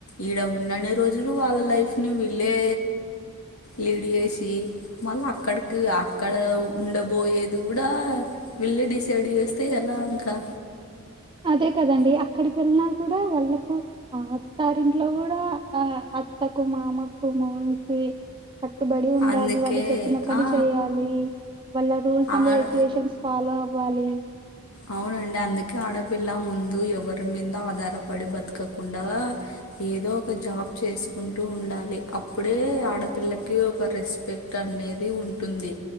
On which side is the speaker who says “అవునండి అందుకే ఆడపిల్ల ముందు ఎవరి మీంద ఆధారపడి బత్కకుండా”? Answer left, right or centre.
Left